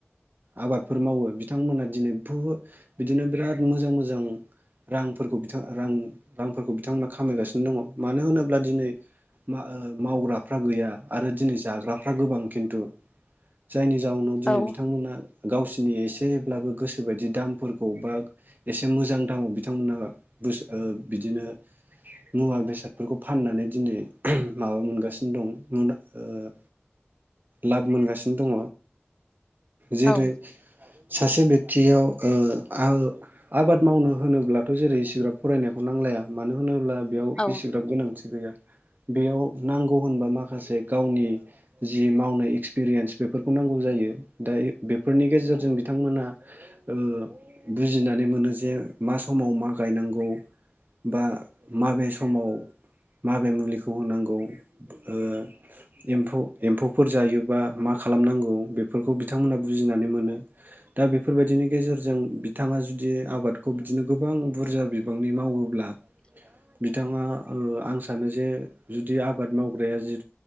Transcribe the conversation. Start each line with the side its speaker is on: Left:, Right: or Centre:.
Right: आबादफोर मावो बिथांमोना दिनै बुहुथ बिदिनो बिराद मोजां मोजां रांफोरखौ बिथां रां रांफोरखौ बिथांमोना खामायगासिनो दङ मानो होनोब्ला दिनै मा ओ मावग्राफ्रा गैया आरो दिनै जाग्राफ्रा गोबां खिन्थु जायनि जाउनाव दिनै
Left: औ
Right: बिथांमोना गावसिनि एसेब्लाबो गोसोबायदि दामफोरखौ बा एसे मोजां दामाव बिथांमोना बुस ओ बिदिनो मुवा बेसादफोरखौ फाननानै दिनै माबा मोनगासिनो दं ओ लाफ मोनगासिनो दङ जेरै
Left: औ
Right: सासे बेक्तियाव ओ आओ आबाद मावनो होनोब्लाथ' जेरै इसिग्राब फरायनायखौ नांलाया मानो होनोब्ला बेयाव
Left: औ
Right: एसेग्राब गोनांथि गैया। बेयाव नांगौ होनबा माखासे गावनि जि मावनाय एक्सपिरियेन्स बेफोरखौ नांगौ जायो। दा बेफोरनि गेजेरजों बिथांमोना ओ बुजिनानै मोनो जे मा समाव मा गायनांगौ बा माबे समाव माबे मुलि खौ होनांगौ ओ एम्फौफोर जायोबा मा खालामनांगौ बे फोरखौ बिथांमोना बुजिनानै मोनो दा बेफोरबायदिनि गेजेरजों बिथाङा जुदि आबादखौ बिदिनो गोबां बुरजा बिबांनि मावोब्ला
Left: <inaudible>
Right: बिथाङा ओ आं सानो जे जुदि आबाद मावग्राया जि